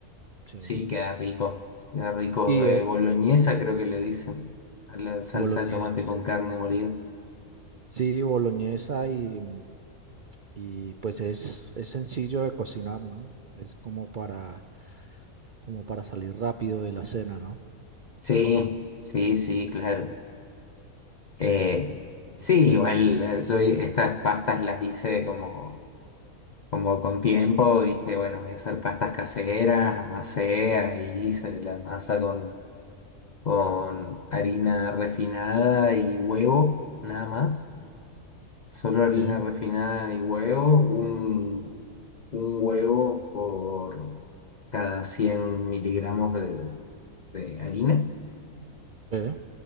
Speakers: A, on the right (about 60°); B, on the left (about 60°).
A: Sí.
B: Sí, queda rico. Queda rico.
A: Y
B: eh,
A: eh,
B: boloñesa creo que le dicen. A la salsa
A: boloñesa,
B: de tomate
A: sí.
B: con carne molida.
A: Sí, boloñesa y, y pues es, es sencillo de cocinar, ¿no? Es como para, como para salir rápido de la cena, ¿no?
B: Sí, sí, sí, claro. Eh,
A: Sí,
B: sí,
A: pero
B: igual eh, yo estas pastas las hice como, como con tiempo. Dije, bueno, voy a hacer pastas caseras, amasé y hice la masa con con harina refinada y huevo, nada más. Solo harina
A: sí,
B: refinada y huevo, un, un huevo por cada 100 miligramos de, de harina.
A: sí.